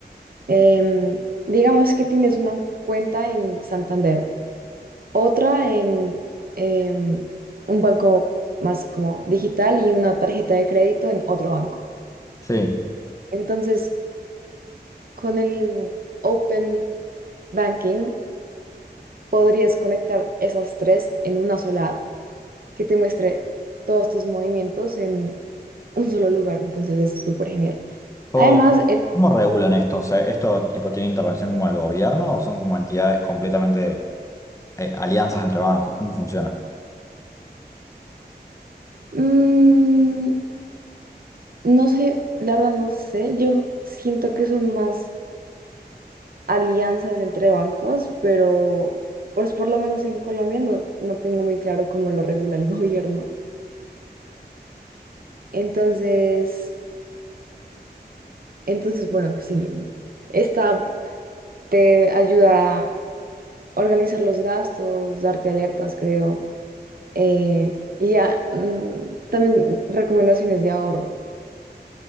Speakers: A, on the right (about 60°); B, on the left (about 20°).
A: Em, digamos que tienes una cuenta en Santander, otra en em, un banco más como digital y una tarjeta de crédito en otro banco.
B: Sí.
A: Entonces, con el Open Banking podrías conectar esas tres en una sola app que te muestre todos tus movimientos en un solo lugar. Entonces, es súper genial.
B: ¿Cómo,
A: Además, eh,
B: cómo regulan esto? O sea, ¿esto tipo tiene intervención como el gobierno o son como entidades completamente eh, alianzas entre bancos? ¿Cómo funciona?
A: mm, no sé, la verdad no sé, yo siento que son más alianzas entre bancos, pero pues por lo menos en Colombia no, no tengo muy claro cómo lo regula el <laughs> gobierno. Entonces, entonces, bueno, pues sí, esta te ayuda a organizar los gastos, darte alertas, creo, eh, y ya, mm, también recomendaciones de ahorro.